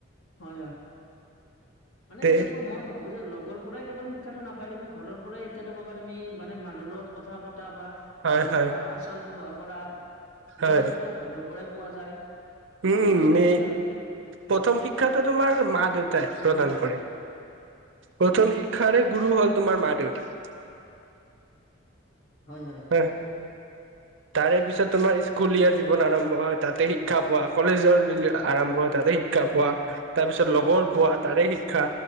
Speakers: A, on the left; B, on the right.
A: হয়, হয়। মানে
B: তে
A: কেনেকুৱা মই ভাবো যে লগৰ পৰাই কেৱল শিক্ষাটো নাপায়। তুমি ঘৰৰ পৰাই শিক্ষাটো পাবা তুমি মানে মানুহৰ লগত কথা পতা বা
B: হয়
A: মানুহক
B: হয়
A: ভাল আচাৰ-ব্যৱহাৰ কৰা মানে
B: হয়
A: শিক্ষাটো ঘৰৰ পৰাই পোৱা যায়। আৰু
B: উম,
A: ঠিক
B: উম।
A: সেইদৰে
B: মে
A: আৰু তুমি
B: প্ৰথম শিক্ষাটো তোমাৰ মা দেউতাই
A: হয়
B: প্ৰদান
A: হয়
B: কৰে। প্ৰথম শিক্ষাৰে গুৰু হ'ল তোমাৰ মা দেউতা।
A: হয়, হয়।
B: হয়। তাৰে পিছত তোমাৰ স্কুলীয়া জীৱন আৰম্ভ হয়, তাতে শিক্ষা পোৱা কলেজৰ আৰম্ভ তাৰে
A: তাৰপিছত
B: শিক্ষা পোৱা,
A: হয় হয়
B: তাৰ পিছত লগৰ
A: তাৰপিছত
B: পোৱা
A: তুমি
B: তাৰে শিক্ষা